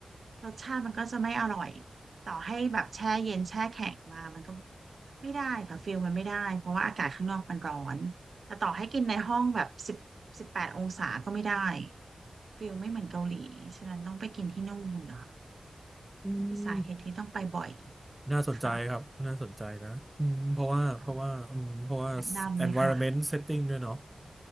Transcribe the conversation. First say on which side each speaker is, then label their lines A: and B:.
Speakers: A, on the right; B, on the right.
A: รสชาติมันก็จะไม่อร่อย ต่อให้แบบแช่เย็นแช่แข็งมามันก็ไม่ได้ค่ะฟิลมันไม่ได้เพราะว่าอากาศข้างนอกมันร้อน แต่ต่อให้กินในห้องแบบสิบสิบแปดองศาก็ไม่ได้ฟิลไม่เหมือนเกาหลี ฉะนั้นต้องไปกินที่นู่นค่ะ
B: อืม
A: นั่นคือสาเหตุที่ต้องไปบ่อย
B: น่าสนใจครับ
A: ค่ะ
B: น่าสนใจนะอืมเพราะว่าเพราะว่าอืมเพราะว่า
A: ค่ะแนะนำเลยค่ะ
B: environment setting ด้วยเนาะ